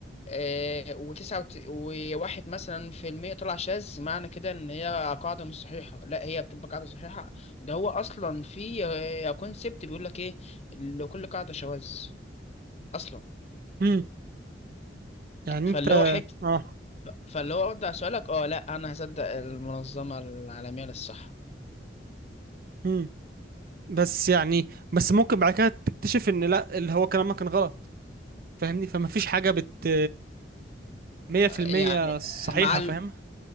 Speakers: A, on the left; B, on the right.
A: آه وتسعة وواحد مثلا في المية طلع شاذ معنى كده ان هي قاعدة مش صحيحة لا هي بتبقى قاعدة صحيحة ده هو اصلا في كونسبت بيقول لك ايه لكل قاعدة شواذ اصلا
B: امم يعني
A: فاللي
B: انت
A: هو حتة
B: اه
A: فاللي هو ارد على سؤالك اه لا انا هصدق المنظمة العالمية للصحة
B: امم بس يعني بس ممكن بعد كده تكتشف ان لا اللي هو كلامك كان غلط فاهمني فما فيش حاجة بت 100%
A: يعني
B: صحيحة
A: مع
B: فاهم